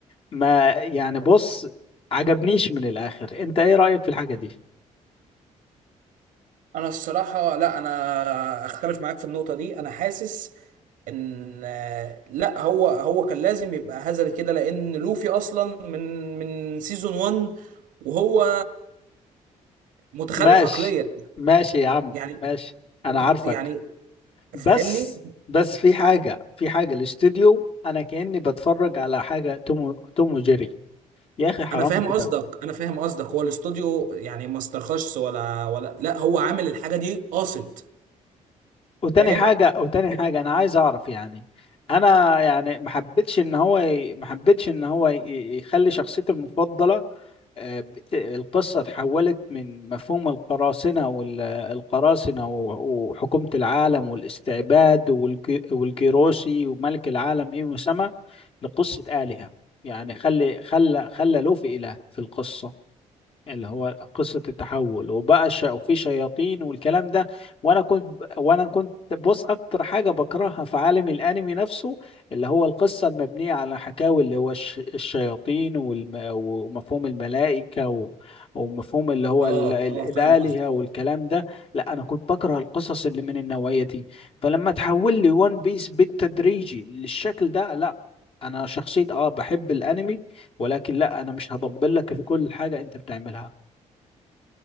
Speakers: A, on the left; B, on the right.
A: ما يعني بص عجبنيش من الآخر أنت إيه رأيك في الحاجة دي؟
B: انا الصراحه لا انا اختلف معاك في النقطه دي انا حاسس ان آه، لا هو هو كان لازم يبقى هزل كده لان لوفي اصلا من من سيزون 1 وهو متخلف
A: ماشي
B: عقليا
A: ماشي يا عم
B: يعني
A: ماشي أنا
B: متخ...
A: عارفك
B: يعني
A: بس
B: فاهمني
A: بس في حاجة في حاجة الاستوديو أنا كأني بتفرج على حاجة توم توم وجيري يا أخي حرام
B: انا فاهم
A: كده
B: قصدك انا فاهم قصدك هو الاستوديو يعني ما استرخصش ولا ولا لا هو عامل الحاجه دي قاصد
A: وتاني
B: فاهم
A: حاجة وتاني حاجة أنا عايز أعرف يعني أنا يعني ما حبيتش إن هو ي- ما حبيتش إن هو ي- ي- يخلي شخصيتي المفضلة آه، بت- القصة اتحولت من مفهوم القراصنة والقراصنة وحكومة العالم والاستعباد والج- والجيروسي وملك العالم إيه مسمى لقصة آلهة يعني خلي خلى خلى لوفي إله في القصة اللي هو قصة التحول وبقى ش... وفي شياطين والكلام ده وانا كنت وانا كنت بص اكتر حاجة بكرهها في عالم الانمي نفسه اللي هو القصة المبنية على حكاوي اللي هو الش... الشياطين والم... ومفهوم الملائكة و... ومفهوم اللي هو
B: اه
A: ال... ال...
B: اه
A: الآلهة
B: فاهم
A: والكلام ده لا انا كنت بكره القصص اللي من النوعية دي فلما تحول لي وان بيس بالتدريجي للشكل ده لا انا شخصية اه بحب الانمي ولكن لا انا مش هطبل لك في كل حاجه انت بتعملها